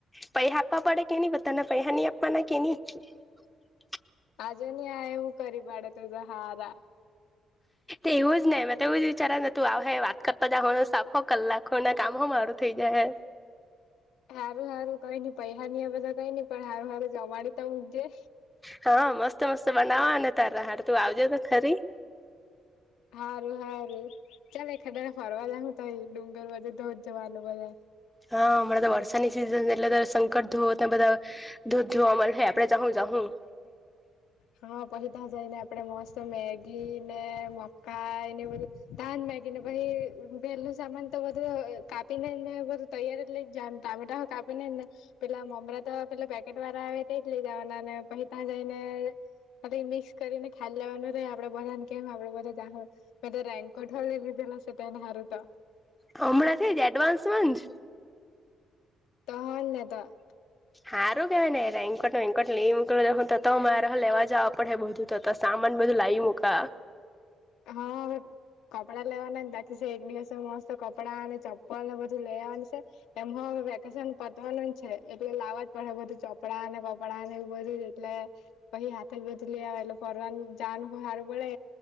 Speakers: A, in the centre; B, on the left.
A: પૈસા આપવા પડે કે ન બધાના પૈસા નહી આપવાના કેની <unintelligible>
B: આજે નહી આ એવું કરી પાડે તો તો હારા
A: એવું જ ને મે તો એવું જ વિચારેને તું આવ હે વાત કરતા જવાનું સાફ હો કલાકો ને કામ હો મારું થઈ જાય હે
B: સારું સારું કઈ નઈ પૈસા નની હવેધા કઈ નઈ પણ સારું સારું જવાડી ત મકજે
A: હા મસ્ત મસ્ત બનાવા અને તારા હાર તું આવજે ખરી
B: હા રું હા રું ચાલલે ખડા ફરવા જ હ તો ડુંગર બાજુ તો જ જવાનું બધા
A: હા હમણાં તો વરસાાની સિઝન એટલે સંકટ ધોવ બધા દૂધ ધવા અમા આપડે જ હહું
B: હા પહીતા જાયને આપડે મસ્ તો મેગી ને મકાઈને બધું તજ મેગી ને પછી પહેલું સામાન તો બધું કાપીને ને બધું તૈયારી લ ટામેટા કાપીને ને પેલા મમરા તો પટ પેકેટ વાળા આવે તે જ લઈ જવાના પછી ત્યાં જઈને મિક્સ કરીને ખાલી લેવાનું ર આપડે બધા ને કેમ આપડે બધાધા રેન્કોટ હો એલા સતા એને હારતા
A: હમણાં થઈ જ એડવાન્સમાં જ
B: તો હનેતા-
A: હારું કેવાય ને રેંકટ વેંકટને એ મોકલો હ તો મારે લેવા જવા પડે બધું તો સામાન બધું લાવ મુકા
B: હા કપડાં લેવાના જ બાકી છે એક દિવસે મસ્ત કપડાં અને ચપ્પલને બધું લેવાની છે એમાં વેકેશન પતવાનું છે એટલે લાવવા જ પડે એ બધું ચોપડા ને કપડા ને એવું બધું એટલે. કહી હાથે ગત લ એલે ફરવાન જાાન હો હારું પડે